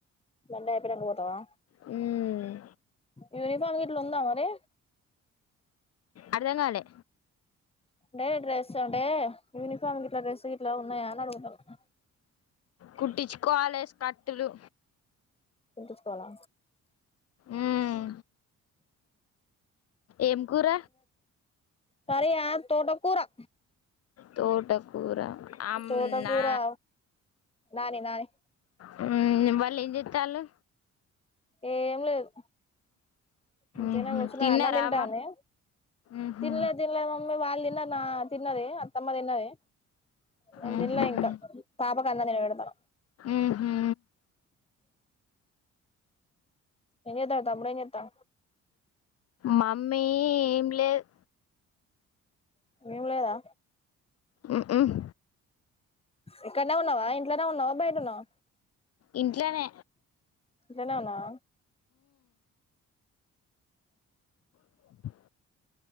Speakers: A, on the left (about 20°); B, on the left (about 55°).
A: రెండయి అయిపోయింనంకా పోతవా
B: హ్మ్
A: యూనిఫామ్ గిట్ల ఉందా మరి
B: అర్ధంగాలే
A: అంటే డ్రెస్ అంటే యూనిఫామ్ గిట్ల డ్రెస్ గిట్ల ఉన్నాయా అని అడు ఆ
B: కుట్టించుకోవాలె స్కట్టులు
A: కుట్టిచ్చుకోవాల
B: ఉమ్ ఏం కూర
A: కర్రీయా తోటకూరా
B: తోటకూర అమ్నా
A: తోటకూరా నానీ నాని
B: హ్ వాళ్ళు ఏం చెత్తాల్లు.
A: ఏ ఏం లేదు ఉత్తిగనే
B: ఉహు
A: కూర్చున్నది
B: తిన్నారా
A: అన్నం తింటాంది.
B: అవ్వ ఉహు
A: తినలే తినలే మమ్మీ వాళ్ళు తిన్నారు, వా తిన్నది అత్తమ్మ తిన్నది నేను
B: ఉహు
A: తినలే ఇంకా పాపకు అన్నం తినపెడతన్న.
B: ఉహు
A: ఏంజెతన్నవ్ తమ్ముడు ఏంచేత్తాండు.
B: మమ్మీ ఏం లేదు
A: ఏం లేదా
B: ఉ ఉమ్
A: ఇక్కడనే ఉన్నావా ఇంట్లోనే ఉన్నావా బయటున్నవా.
B: ఇంట్లనే
A: ఇంట్లనే ఉన్నవా
B: ఆ